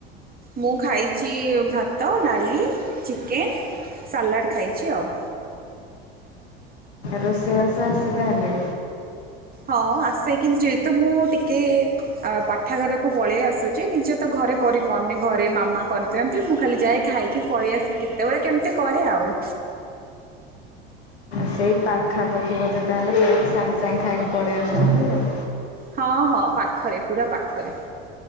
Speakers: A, on the right; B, on the left.
A: ମୁଁ ଖାଇଛି ଭାତ, ଡାଲି, ଚିକେନ, ସାଲାଡ଼ ଖାଇଛି ଆଉ।
B: ରୋଷେଇବାସ ଆସେ ତାହେଲେ?
A: ହଁ ଆସେ କିନ୍ତୁ ଯେହେତୁ ମୁଁ ଟିକେ ଆଉ ପାଠାଗାରକୁ ପଳେଇ ଆସୁଛି, ନିଜେ ତ ଘରେ କରିପାରୁନି, ଘରେ ମାମା କରି ଦିଅନ୍ତି, ମୁଁ ଖାଲି ଯାଏ ଖାଇକି ପଳେଇଆସେ କେତେବେଳେ କେମିତି କରେ ଆଉ।
B: ସେଇ ପାଖାପାଖି ବୋଧେ ତାହେଲେ ସେଇ ସାଙ୍ଗେ ସାଙ୍ଗେ ଖାଇକି ପଳେଇ ଆସୁଛନ୍ତି ଆଉ।
A: ହଁ ହଁ ପାଖରେ, ପୁରା ପାଖରେ।